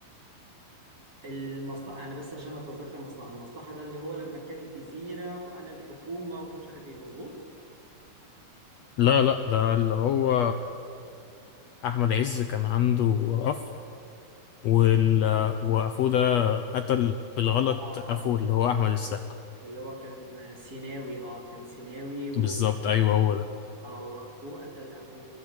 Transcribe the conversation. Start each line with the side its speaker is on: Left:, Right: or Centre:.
Right: المصلحة انا بس عشان اتذكر مصلحة المصلحة ده اللي هو لما كان الجزيرة وانا الحكومة ومش عارف ايه مظبوط
Left: لا لا ده اللي هو أحمد عز كان عنده أخ وال... وأخوه ده قتل بالغلط
Right: اه اه
Left: أخوه اللي هو أحمد السقا
Right: اللي هو كان سيناوي اه كان سيناوي و...
Left: بالظبط أيوه هو ده
Right: اه واخوه قتل اخو